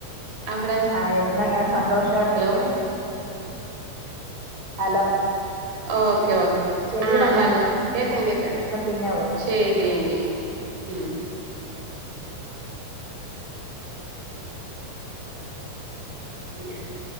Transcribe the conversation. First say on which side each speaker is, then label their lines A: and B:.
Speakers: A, on the right; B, on the right.
A: അവിടെ
B: ആഹ് എന്നും ഇങ്ങനെ സന്തോഷയിട്ടിരിക്ക
A: ഹലോ
B: ഹലോ
A: ഓക്കെ ഓ
B: ശരിയെടാ
A: ആഹ് ഹലോ
B: ഞാൻ
A: കേക്കാം കേക്കാം
B: പിന്നെ വിളിക്കാം
A: ശരി എങ്കി ഉം <inaudible>